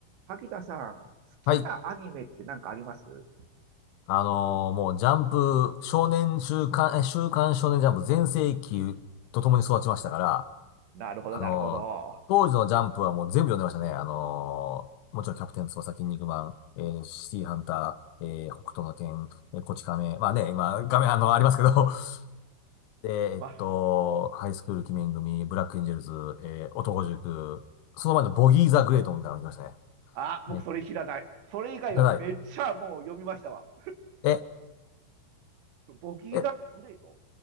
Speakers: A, on the right; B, on the left.
A: 萩田さん、好きなアニメって何かあります
B: はい。あのーもうジャンプ、少年週刊、え週刊少年ジャンプ全盛期と共に育ちましたから、
A: なるほど、
B: あのー当時のジャンプはもう全部読んでましたね。
A: なるほど。
B: あのーもちろんキャプテン翼、筋肉マン、えーシティハンター、えー北斗の拳、えーこち亀、まあね、今、画面あの、ありますけど、<laughs> で、
A: ま、
B: えっと、ハイスクール鬼面組、ブラックエンジェルズ、えー男塾、その前のボギー・ザ・グレートみたいなの見てましたね。
A: あ、僕それ知らない。
B: え、
A: それ以外はめっちゃもう読みましたわ。
B: じゃない。え、
A: ボギーザグレート。
B: え、